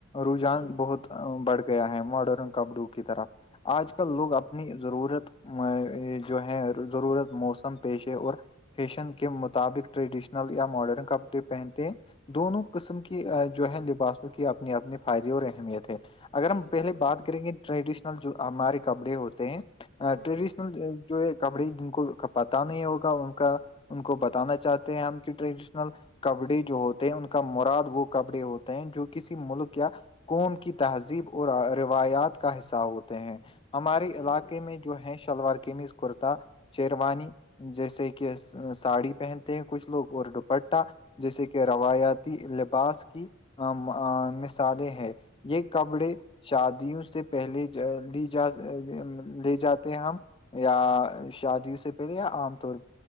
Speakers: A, on the left; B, on the left.
A: رجحان
B: جی
A: بہت بڑھ گیا ہے ماڈرن کپڑوں کی طرف آج کل
B: جی
A: لوگ اپ نی ضرورت جو ہے ضرورت موسم پیشے اور فیشن کے مطابق ٹریڈیشنل یا ماڈرن کپڑے پہنتے ہیں دونوں قسم کی جو ہے لباسوں کی اپنے اپنے فائدے اور اہمیت ہے اگر
B: جی
A: ہم
B: بالکل
A: پہلے بات کریں گے ٹریڈیشنل جو ہمارے کپڑے ہوتے ہیں آ
B: ہ
A: ٹریڈیشنل
B: ہ
A: جو ہے کپڑی جن کو کا پتہ نہیں ہوگا ان کا ان کو بتانا چاہتے ہیں ہم کی ٹریڈیشنل کپڑے جو ہوتے ہیں ان کا مراد وہ کپڑے ہوتے ہیں جو کسی ملک یا قوم کی تہذیب اور روایات کا حصہ ہوتے ہیں ہمارے
B: جی بالکل
A: علاقے میں جو ہے شلوار قمیز کرتا شیروانی جیسے کہ ساڑی پہنتے ہیں کچھ لوگ اور دوپٹہ جیسے کہ روایتی لباس ام آ کی مثالیں ہیں یے کپڑے شادیوں سے پہلے دی جا دے جاتے ہیں ہم یا شادیوں سے پہلے یا عام طور